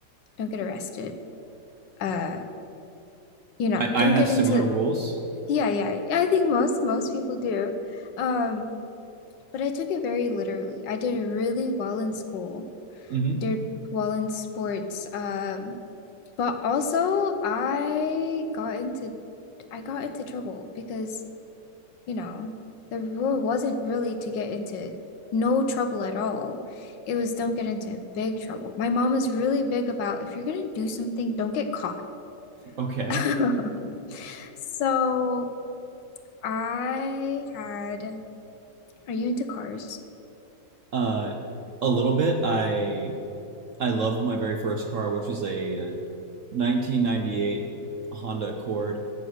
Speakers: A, on the left; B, on the right.
A: don't get arrested. Uh, you know,
B: I, I
A: don't
B: had
A: get
B: similar
A: into
B: rules.
A: yeah, yeah. yeah, I think most most people do. Um, but I took it very literally. I did really well in school.
B: hmm
A: I did well in sports. Um, but also I got into I got into trouble because you know, the rule wasn't really to get into no trouble at all. It was don't get into big trouble. My mom is really big about if you're gonna do something, don't get caught.
B: Okay.
A: <laughs> So I had, are you into cars?
B: Uh, a little bit. I I loved my very first car, which was a uh, 1998 Honda Accord,